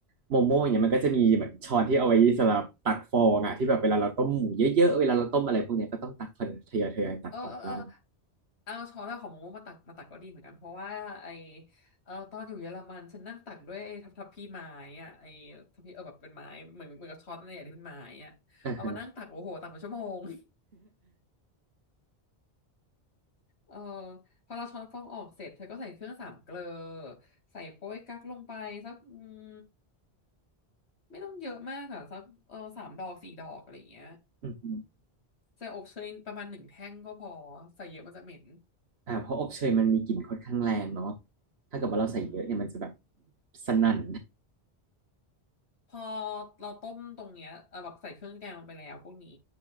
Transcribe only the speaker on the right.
โมโม่อย่างเงี้ยมันก็จะมีเหมือนช้อนที่เอาไว้สำหรับตักฟองอ่ะที่แบบเวลาเราต้มหมูเยอะๆเวลาเราต้มอะไรพวกเนี้ยก็ต้องตักทยอยทยอยตักออกบ้าง
อ่าฮะ
<laughs>
อ่าเพราะอบเชยมันมีกลิ่นค่อนข้างแรงเนาะถ้าเกิดว่าเราใส่เยอะเนี่ยมันจะแบบ
สนั่น